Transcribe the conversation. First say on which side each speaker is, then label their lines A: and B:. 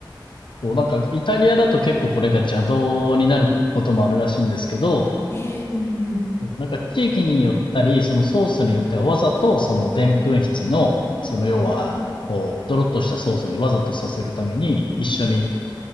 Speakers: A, on the left (about 70°); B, on the left (about 30°).
A: そう、なんかイタリアだと結構これが邪道になることもあるらしいんですけど、
B: <laughs> あ、へえ、うんうん。
A: そうなんか地域によったり、そのソースによってはわざとそのでんぷん質の、その要は、
B: うんう
A: こう、ドロッとしたソースにわざとさせるために一緒に、